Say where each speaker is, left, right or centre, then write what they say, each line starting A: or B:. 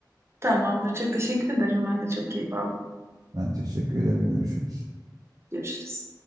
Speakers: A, on the right; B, on the right.
A: Tamamdır. Çok teşekkür ederim. Ben de çok keyif aldım.
B: Ben teşekkür ederim. Görüşürüz.
A: Görüşürüz.